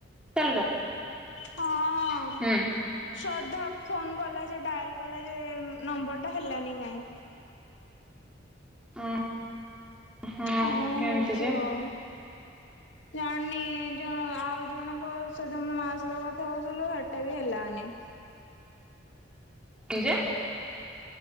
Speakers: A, in the centre; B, on the left.
A: ଚାଲ ଯ
B: ହଁ।
A: ହୁଁ।
B: ଶ୍ରଦ୍ଧା ଫୋନ୍ କଲା ଯେ ଡାଏଲ୍ କଲା ଯେ ନମ୍ବର୍ ଟା ହେଲାନି କାଇଁ?
A: ଅଁ ହଁ
B: କଣ ହଉଛି
A: କେମ୍ତି ଯେ?
B: ଆଉ। ଜାଣିନି ଯୋ ଆଉ ଜଣଙ୍କ ସଇତ ମୋ ମା ସଇତ <unintelligible> <unintelligible> ହଉଥିଲୁ ସେଟା ବି ହେଲାନି।
A: କି ଜେ।